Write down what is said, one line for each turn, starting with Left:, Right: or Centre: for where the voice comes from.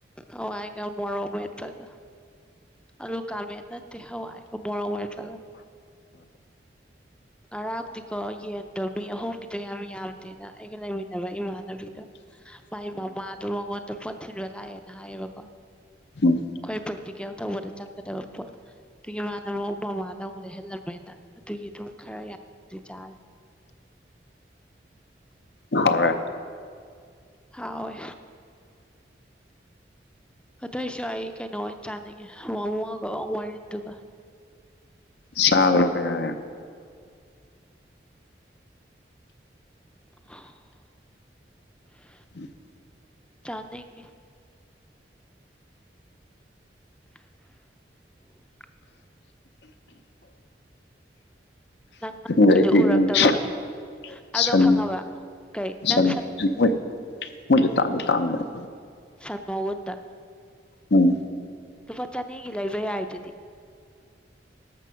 Centre: ꯍꯋꯥꯏꯒ ꯃꯣꯔꯣꯛ ꯃꯦꯠꯄꯒ ꯑꯂꯨ ꯀꯪꯃꯦꯠ ꯅꯠꯇꯦ ꯍꯋꯥꯏꯒ ꯃꯣꯔꯣꯛ ꯃꯦꯠꯄꯒꯥ ꯉꯔꯥꯡꯗꯤꯀꯣ ꯌꯦꯟꯗꯣ ꯃꯤ ꯑꯍꯨꯝꯒꯤꯗꯣ ꯌꯥꯝ ꯌꯥꯝꯗꯦꯅ ꯑꯩꯒ ꯂꯩꯃꯤꯟꯅꯕ ꯏꯃꯥꯟꯅꯕꯤꯗꯣ
Left: <inaudible>
Centre: ꯃꯥꯏ ꯃꯃꯥꯗꯣ ꯃꯉꯣꯟꯗ ꯄꯣꯠ ꯊꯤꯟꯕ ꯂꯥꯛꯑꯦꯅ ꯍꯥꯏꯌꯦꯕꯀꯣ ꯑꯩꯈꯣꯏ
Left: ꯎꯝ
Centre: ꯄ꯭ꯔꯦꯛꯇꯤꯀꯦꯜ ꯇꯧꯕꯗ ꯆꯪꯒꯗꯕ ꯄꯣꯠ ꯑꯗꯨꯒꯤ ꯃꯥꯅ ꯑꯃꯨꯛ ꯃꯃꯥꯗ ꯑꯃꯨꯛ ꯂꯩꯍꯜꯂꯝꯃꯤꯅꯥ ꯑꯗꯨꯒꯤ ꯑꯗꯨꯝ ꯈꯔ ꯌꯥꯝꯗꯤ ꯆꯥꯔꯦ
Left: ꯍꯥꯎꯔꯦ
Centre: ꯍꯥꯎꯋꯦ ꯑꯗꯨꯑꯣꯏꯁꯨ ꯑꯩ ꯀꯩꯅꯣ ꯑꯣꯏꯅ ꯆꯥꯅꯤꯡꯉꯦ ꯋꯥꯡꯋꯒ ꯋꯥꯔꯤꯜꯗꯨꯒ
Left: ꯆꯥꯕꯅ ꯀꯩ
Centre: <unintelligible>
Left: ꯎꯝ <inaudible>
Centre: ꯆꯥꯅꯤꯡꯉꯤ <unintelligible> ꯅꯪ ꯅꯍꯥꯟꯒꯤꯗꯣ
Left: ꯌꯥꯏ
Centre: ꯎꯔꯛꯇꯕꯒꯤꯅꯦ
Left: <unintelligible>
Centre: ꯑꯗꯣ
Left: ꯁꯟ
Centre: ꯈꯪꯉꯕ ꯀꯩ ꯅꯪ
Left: ꯁꯟꯗꯤ
Centre: ꯁꯟ
Left: ꯃꯣꯏ ꯃꯣꯏꯗꯤ ꯇꯥꯡꯗꯤ ꯇꯥꯡꯕꯅꯦ
Centre: ꯁꯟ ꯃꯎꯟꯗ
Left: ꯎꯝ
Centre: ꯂꯨꯄꯥ ꯆꯅꯤꯒꯤ ꯂꯩꯕ ꯌꯥꯏꯗꯨꯗꯤ